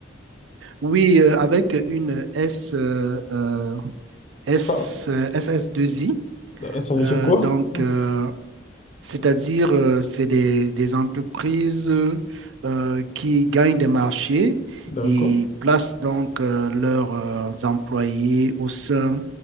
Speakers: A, on the right (about 85°); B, on the left (about 35°).
A: oui, euh, avec une S, euh, euh, S,
B: Ça,
A: euh, SS2I.
B: euh, ça veut
A: Euh,
B: dire quoi?
A: donc, euh, C'est-à-dire, euh, c'est des, des entreprises euh, qui gagnent des marchés
B: D'accord.
A: et placent donc euh, leurs euh, employés au sein